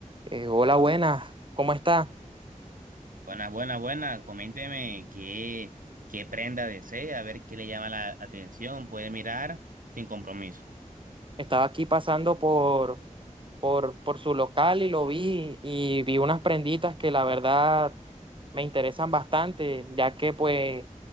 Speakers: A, on the right; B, on the right.
A: Eh, hola, buenas, ¿cómo está?
B: Buenas, buenas, buenas. Coménteme qué, qué prenda desea, a ver qué le llama la atención. Puede mirar sin compromiso.
A: Estaba aquí pasando por, por, por su local y lo vi y vi unas prenditas que la verdad me interesan bastante, ya que pues